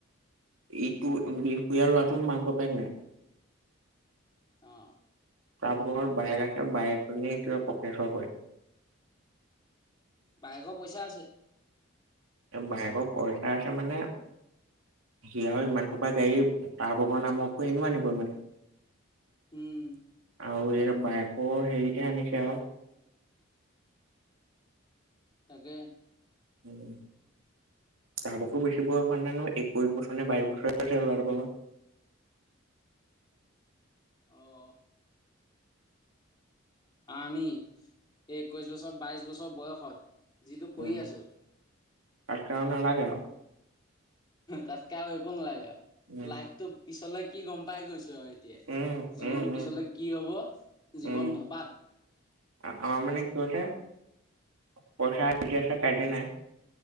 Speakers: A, on the right; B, on the left.
A: ইটো বিহপুৰীয়া ল'ৰাটো মাক বাপেক নাই।
B: অ।
A: <unintelligible> বায়েক আছে বায়েকজনী কিবা প্ৰফ্ৰেশৰ কৰে।
B: বায়েকৰ পইচা আছে।
A: বাইেকৰ পইচা আছে মানে সি আৰু ইমান খোপা গাড়ী তা ভাগৰ নামততো এনেও আনিব নোৱাৰে।
B: উম।
A: আৰু এই বাইকৰো হেৰিতে আনিছে আৰু।
B: তাকে।
A: উম তাৰো একো বেছি হোৱা নাই নহয় একৈশ বছৰ নে বাইশ বছৰ হৈছে ল'ৰাটো <unintelligible>
B: অঁ আমি এই একৈছ বছৰ বাইছ বছৰ বয়সত যিটো কৰি
A: উম
B: আছোঁ
A: তাতকে আৰু নালাগে আৰু।
B: তাতকে আৰু একো নালাগে আৰু,
A: উম
B: লাইফটো পিছলৈ কি গম পাই গৈছোঁ। <unintelligible> এতিয়াই,
A: উম
B: জীৱন
A: উম উম
B: পিছলৈ কি হ'ব জীৱন
A: উম
B: ধপাত।
A: আমাৰ মানে কি হৈছে পইচা আজি আছে কাইলে নাই।